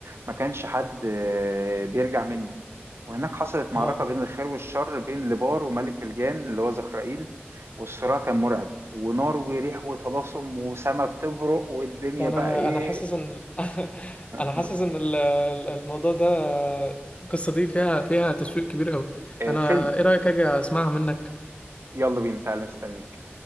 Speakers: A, on the right; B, on the left.
A: ما كانش حد آه، بيرجع منه وهناك حصلت معركة
B: اه
A: بين الخير والشر بين لبار وملك الجان اللي هو زخرائيل والصراع كان مرعب ونار وريح وطلاسم وسما بتبرق والدنيا
B: ده انا
A: بقى ايه
B: انا حاسس ان <laughs> ال-
A: <laughs>
B: انا حاسس ان ال- ال- الموضوع ده آه، القصة دي فيها فيها تشويق كبير قوي
A: آه،
B: انا
A: فيلم
B: ايه رأيك اجي اسمعها منك
A: يلا بينا تعالى مستنيك